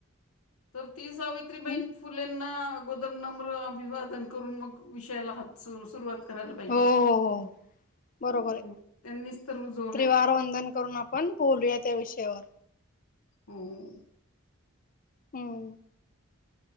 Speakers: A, on the left (about 80°); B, on the left (about 40°).
A: तर ती सावित्रीबाहिन
B: हम्म.
A: फुलेंना अगोदर नम्र अभिवादन करून मग विषयाला हात सुरुवात करायला पाहिजे.
B: हो हो <unintelligible> बरोबर
A: हम्म
B: आहे
A: त्यांनीच तर रुजवलंय
B: त्रिवार वंदन करून आपण बोलूया त्या विषयावर.
A: होम
B: हम्म.